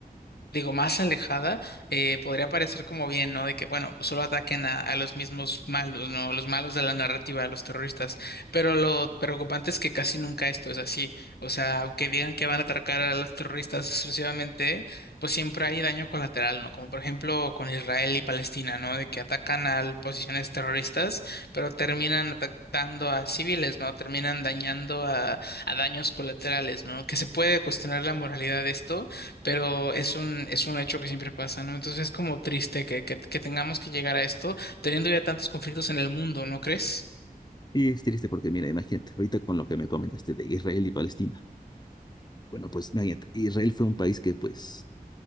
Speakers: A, on the left; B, on the left.
A: digo, más alejada, eh, podría parecer como bien, ¿no? De que, bueno, pues, solo ataquen a, a los mismos malos, ¿no? Los malos de la narrativa, a los terroristas. Pero lo preocupante es que casi nunca esto es así. O sea, aunque digan que van a atacar a los terroristas exclusivamente, pues siempre hay daño colateral, ¿no? Como por ejemplo con Israel y Palestina, ¿no? De que atacan a posiciones terroristas, pero terminan atacando a civiles, ¿no? Terminan dañando a, a daños colaterales, ¿no? Que se puede cuestionar la moralidad de esto pero es un, es un hecho que siempre pasa, ¿no? Entonces es como triste que, que, que tengamos que llegar a esto teniendo ya tantos conflictos en el mundo, ¿no crees?
B: Y es triste porque, mira, imagínate, ahorita con lo que me comentaste de Israel y Palestina. Bueno, pues imagínate, Israel fue un país que pues